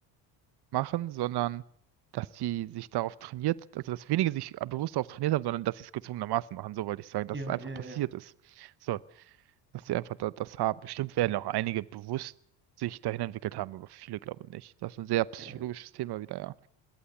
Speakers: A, on the right (about 55°); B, on the right (about 25°).
A: machen, sondern dass die sich darauf trainiert, also dass wenige sich bewusst darauf trainiert haben, sondern dass sie es gezwungenermaßen machen, so wollte ich sagen, dass
B: Ja,
A: es einfach
B: ja,
A: passiert
B: ja.
A: ist. So, dass sie einfach da, das haben. Bestimmt werden auch einige bewusst sich dahin entwickelt haben, aber viele glaube ich nicht. Das ist ein sehr psychologisches
B: Ja, ja.
A: Thema wieder, ja.